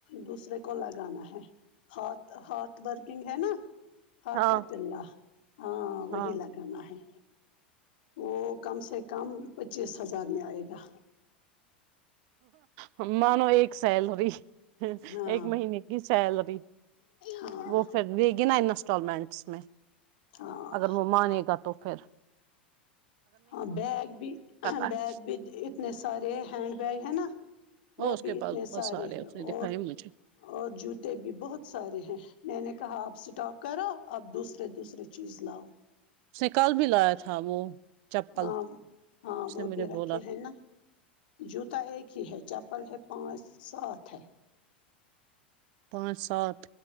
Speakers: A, on the left; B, on the right.
A: دوسرے کو لگانا ہے ہھ ہاتھ ورکنگ ہے نا ہات
B: ہاں
A: کاات اللہ ہاں وہی
B: ہاں
A: لگانا ہے وہ کم سے کم پچیس ہزار میں آئے گا
B: ہ م نو ایک سیلری
A: ہاں
B: ایک مہینے کی سیلری
A: ہاں
B: وہ پھر دے گی نا انٹالمنٹس میں
A: ہاں
B: اگر وہ مانے گا تو خھر
A: ہاں بیگ بھی
B: ہے
A: بیگ بھی اتنے س سارے ہینڈ بیگ ہے نا وہ
B: اور اس
A: بھی
B: کے
A: اتنے
B: پاس بہت
A: سارے ہیں
B: اس نے
A: اور
B: دکھائے مجھے
A: اور جوتے بھی بہت سارے ہیں میں نے کہاں اپ اسٹااک کرو اب دوسرے دوسرے چیز لاؤ
B: اس نے کال بھی لایا تھا وہ چپل
A: ہاں ہاں
B: اس
A: وہ
B: نے مجھے
A: بھی رکھے
B: بولا
A: ہیں نا جوتا ایک ہی ہے چپل ہے پانچ سات ہے
B: پانچ سات